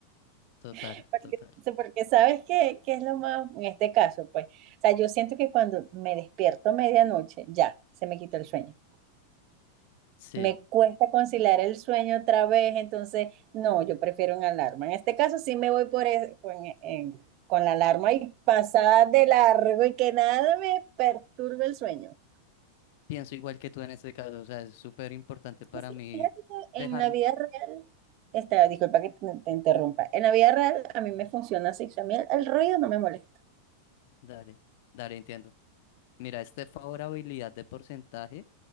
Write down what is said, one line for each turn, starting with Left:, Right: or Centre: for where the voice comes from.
Left: Total,
Right: <laughs> Porque,
Left: total.
Right: porque sabes qué, qué es lo más, en este caso, pues, o sea, yo siento que cuando me despierto a medianoche, ya, se me quitó el sueño.
Left: Sí,
Right: Me cuesta conciliar el sueño otra vez, entonces no, yo prefiero una alarma. En este caso sí me voy por e- con, en- con la alarma y pasada de largo y que nada me perturbe el sueño.
Left: pienso igual que tú en este caso. O sea, es súper importante para
Right: Y sí,
Left: mí
Right: fíjate que
Left: dejarme.
Right: en la vida real, esta, disculpa que te, te interrumpa, en la vida real a mí me funciona así, o sea, a mí el, el ruido no me molesta.
Left: Dale, dale, entiendo. Mira, este favorabilidad de porcentaje.